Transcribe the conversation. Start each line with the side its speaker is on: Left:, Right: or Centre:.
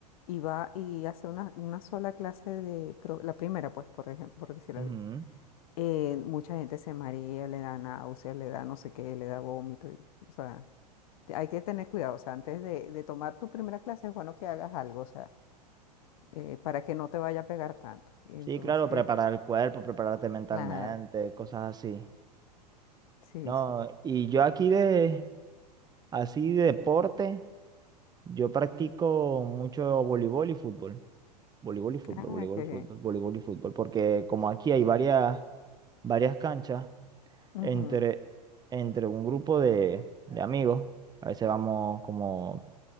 Left: y va y hace una, una sola clase de... cro- La primera, pues, por ejemplo, por decir
Right: Ujú.
Left: algo. eh, mucha gente se marea, le da náuseas, le da no sé qué, le da vómito, y- o sea... te- Hay que tener cuidado, o sea, antes de, de tomar tu primera clase es bueno que hagas algo, o sea, eh, para que no te vaya a pegar tanto. Entonces,
Right: Sí, claro, preparar el cuerpo, prepararte mentalmente,
Left: claro,
Right: cosas así.
Left: sí,
Right: No,
Left: sí.
Right: y yo aquí de, así de deporte. Yo practico mucho voleibol y fútbol. Voleibol y fútbol,
Left: Ah,
Right: voleibol,
Left: qué
Right: fútbol,
Left: bien.
Right: voleibol y fútbol. Porque como aquí hay varias, varias canchas
Left: Ujú,
Right: entre, entre un grupo de, de amigos, a veces vamos como...